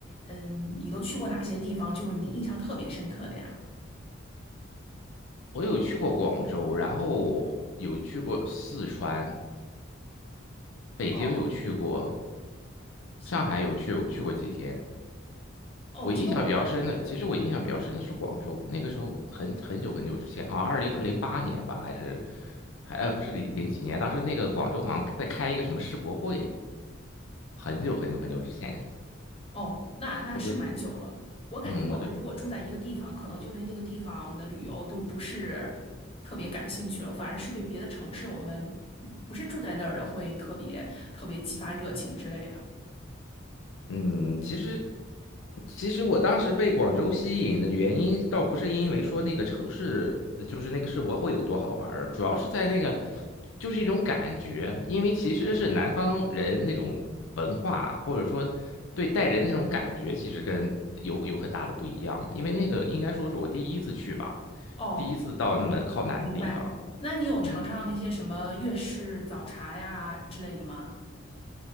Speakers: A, on the left; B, on the left.
A: 嗯，你都去过哪些地方？就是你印象特别深刻的呀？
B: 我有去过广州，然后有去过四川，北京有去过，
A: 哦，行，
B: 上海有去去过几天。
A: 哦，
B: 我印象比较深的，
A: 其实我国，
B: 其实我印象比较深的是广州，那个时候很很久很久之前，好像二零零八年吧，还是还呃不是零零几年，当时那个广州好像在开一个什么世博会，很久很久很久之前，
A: 哦，那那是蛮久了。
B: 我就
A: 我感觉我们如果住在一个地方，
B: 嗯，我就
A: 可能就对那个地方的旅游都不是特别感兴趣了，反而是对别的城市，我们嗯不是住在那儿的，会特别特别激发热情之类的。
B: 嗯，其实其实我当时被广州吸引的原因，倒不是因为说那个城市，呃就是那个世博会有多好玩儿主要是在那个，就是一种感觉，因为其实是南方人那种文化，或者说对待人的那种感觉，其实跟有有很大的不一样。因为那个应该说是我第一次去吧，
A: 哦，
B: 第一次到那么靠南的地方，
A: 明白。那你有尝尝那些什么粤式早茶呀之类的吗？
B: 嗯，